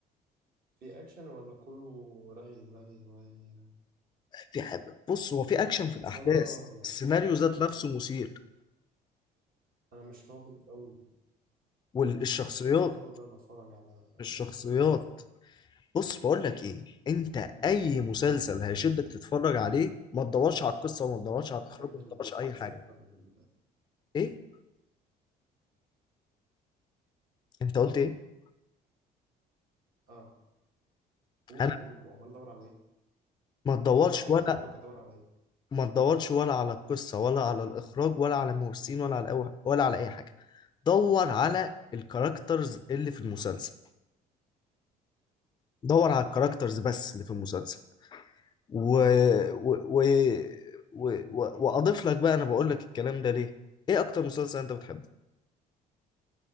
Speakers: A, on the right; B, on the left.
A: في اكشن ولا كله رغي ورغي ورغي
B: في ح- بص هو في اكشن في الاحداث
A: اصل انا
B: السيناريو
A: يعني
B: ذات نفسه مثير
A: انا مش ناضج قوي
B: والشخصيات
A: مش مش ناضج قوي وانا بتفرج على افلام
B: الشخصيات
A: ومسلسلات
B: بص بقول لك ايه انت اي مسلسل هيشدك تتفرج عليه ما تدورش على القصه وما تدورش على الاخراج
A: بحب
B: وما
A: الاحداث
B: تدورش على اي حاجه
A: اكتر من ال-
B: ايه انت قلت ايه
A: اه قول
B: انا
A: قول وامال ادور على ايه
B: ما تدورش
A: ما قلتش حاجة
B: ولا
A: بقول لك أدور على إيه
B: ما تدورش ولا على القصه ولا على الاخراج ولا على الممثلين ولا على أي- ولا على اي حاجه دور على الكاركترز اللي في المسلسل دور على الكاركترز بس اللي في المسلسل و... و... و... و... و... واضيف لك بقى انا بقول لك الكلام ده ليه ايه اكتر مسلسل انت بتحبه